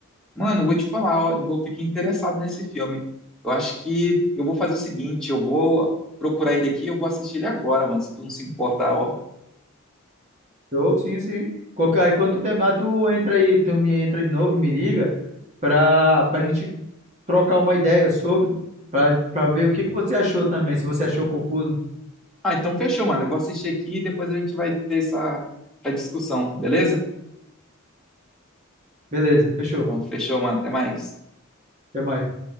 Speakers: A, in the centre; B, on the right.
A: Mano, vou te falar, ó, eu vou ficar interessado nesse filme. Eu acho que eu vou fazer o seguinte, eu vou procurar ele aqui, eu vou assistir ele agora, mano, se tu não se importar, ó.
B: Show, sim, sim. Qualquer- Aí quando tu terminar, tu entra aí, tu me entra de novo, me liga, pra, pra gente trocar uma ideia sobre, pra, pra ver o que que você achou também, se você achou confuso.
A: Ah, então fechou, mano. Eu vou assistir aqui e depois a gente vai ter essa, essa discussão, beleza?
B: Beleza, fechou.
A: Então fechou, mano. Até mais.
B: Até mais.